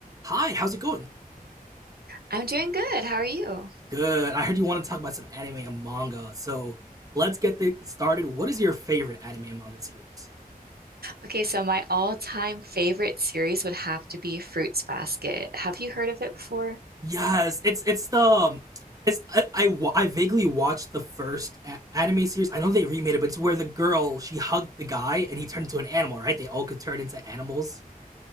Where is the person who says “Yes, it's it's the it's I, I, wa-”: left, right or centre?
Right